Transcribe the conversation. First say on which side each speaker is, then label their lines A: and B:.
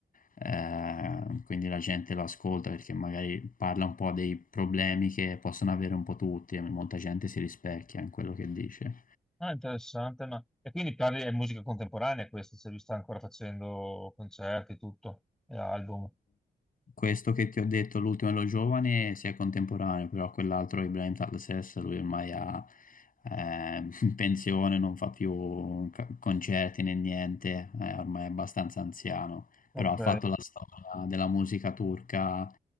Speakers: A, on the left; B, in the centre.
A: eh, quindi la gente lo ascolta perché magari parla un po' dei problemi che possono avere un po' tutti e molta gente si rispecchia in quello che dice.
B: Ah, interessante, ma... E quindi parli di musica contemporanea questa, se lui sta ancora facendo concerti, tutto, e album.
A: Questo che ti ho detto, l'ultimo è lo giovane, si è contemporaneo, però quell'altro, Ibrahim Tatlases, lui ormai ha eh, <laughs> in pensione, non fa più ca- concerti né niente, è ormai è abbastanza anziano,
B: Ok.
A: però ha fatto la storia della musica turca,